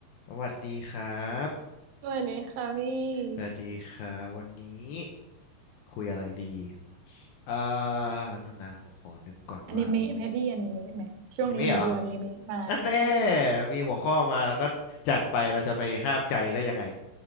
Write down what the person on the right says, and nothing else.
สวัสดีค่ะพี่
อนิเมะไหมพี่อนิเมะไหมช่วงนี้หนูดูอนิเมะมาใช่